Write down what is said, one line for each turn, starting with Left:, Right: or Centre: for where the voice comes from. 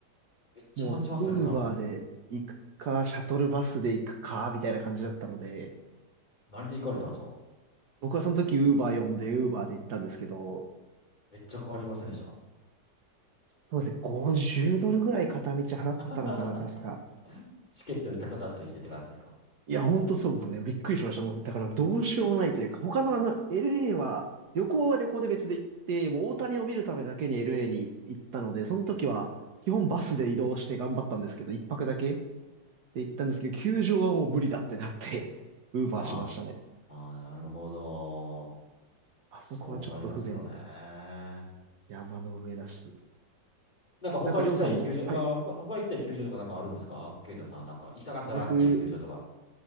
Left: めっちゃ待ちますよね、
Right: もう、
Left: 多分ね。
Right: ウーバーで行くか、シャトルバスで行くか、みたいな感じだったので、
Left: 何で行かれたんですか
Right: ぼ僕はその時ウーバー呼んで、ウーバーで行ったんですけど、
Left: めっちゃかかりませんでした
Right: そうですね、50ドルぐらい片道払ったのかな、
Left: <laughs>
Right: 確か。
Left: チケットより高かったりしてって感じですか
Right: いや、ほんとそうですね。びっくりしました。もう、だからどうしようもないというか、他のあの、LA は、旅行は旅行で別で行って、もう大谷を見るためだけに LA に行ったので、その時は、基本バスで移動して頑張ったんですけど、一泊だけで行ったんですけど、球場はもう無理だってなって、<laughs> ウーバーしましたね。
Left: ああー、なるほど。
Right: あそこはちょっと不便で、
Left: そうなりますよね。な
Right: 山の上だし。
Left: んか他行きたい球場、
Right: なんか、りょうさんも、はい。
Left: あー、他、他行きたい球場とかなんかあるんですかケイタさん、なんか行きたかったなっていう球場とか。
Right: 僕、